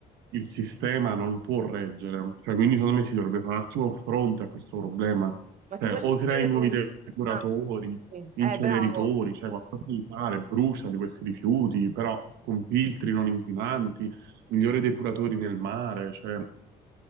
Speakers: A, on the right; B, on the right.
A: il sistema non può reggere, Cioè, quindi secondo me si dovrebbe fare un attimo fronte a questo problema,
B: Ma
A: Cioè,
B: ti volevo
A: o
B: chiedere
A: crei nuovi
B: un...
A: depuratori,
B: Ah, sì. Eh,
A: inceneritori,
B: bravo.
A: cioè qualcosa di fare, brucia di questi rifiuti, però con filtri non inquinanti, migliori depuratori nel mare, cioè...